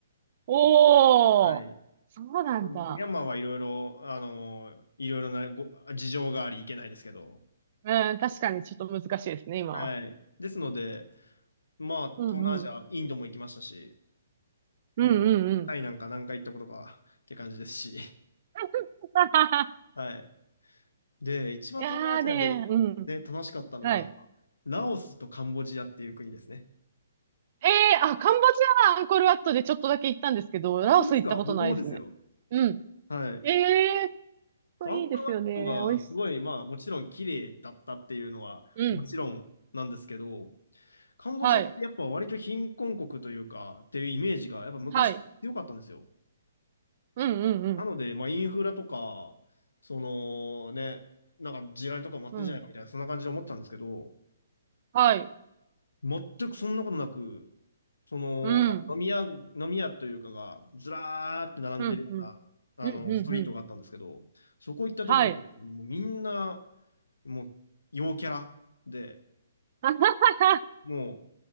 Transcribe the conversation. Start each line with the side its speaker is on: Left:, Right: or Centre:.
Right: おー、
Left: ね。はい。
Right: そうなんだ。
Left: ちょっとミャンマーはいろいろ、あの、いろいろなご事情があり行けないですけど。
Right: うん、確かにちょっと難しいですね、今は。
Left: はい。ですので、まあ、
Right: うんうん。
Left: 東南アジア、インドも行きましたし、もう、
Right: うんうんうん。
Left: タイなんか何回行ったことかって感じですし。
Right: <laughs>
Left: はい。で、一番東南アジアで、
Right: いやーね、うん。
Left: ね、楽しかったのが、
Right: はい。
Left: ラオスとカンボジアっていう国ですね。
Right: えー、あ、カンボジアはアンコールワットでちょっとだけ行ったんですけど、
Left: 本当ですか僕もですよ。
Right: ラオス行ったことないですね。うん。
Left: はい。
Right: ええー、
Left: そうアンコールワットがすごい、
Right: いいですよね。美味し
Left: まあもちろん綺麗だったっていうのはもちろんなんですけど、
Right: い。うん。
Left: カンボジアってやっぱ割と貧困国というかっていうイメージがやっぱ昔から強かったんですよ。
Right: はい。はい。うんうんうん。
Left: なので、まあインフラとか、そのね、なんか地雷とかもあってんじゃないかみたいな、
Right: うん。
Left: そんな感じで思ってたんですけど、
Right: はい。
Left: 全くそんなことなく、その、
Right: うん。
Left: なんか飲み屋、飲み屋というかが、ずらーって並んでるような、
Right: うん。うん。
Left: あの、
Right: うん。うん。
Left: ストリートがあったんですけど、
Right: うん
Left: そこ行った時に、
Right: はい。
Left: もうみんな、もう、陽キャラで、
Right: <laughs>
Left: も